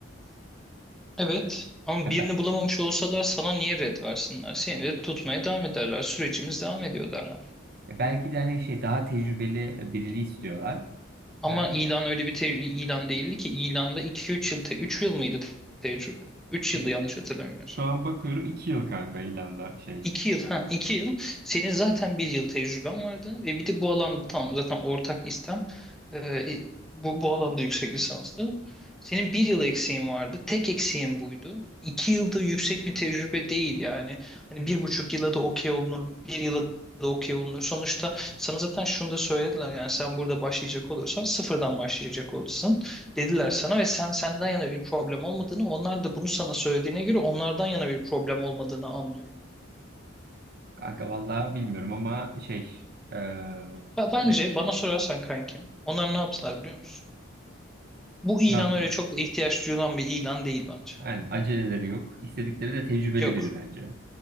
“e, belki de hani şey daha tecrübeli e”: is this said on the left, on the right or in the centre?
Right